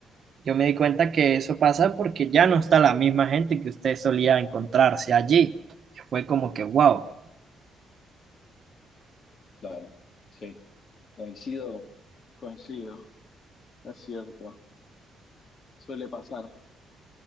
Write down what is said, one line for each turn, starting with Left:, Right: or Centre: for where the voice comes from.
Right: Yo me di cuenta que eso pasa porque ya no está la misma gente que usted solía encontrarse allí. Fue como que, wow.
Left: Claro, sí. Coincido, coincido, es cierto. Suele pasar.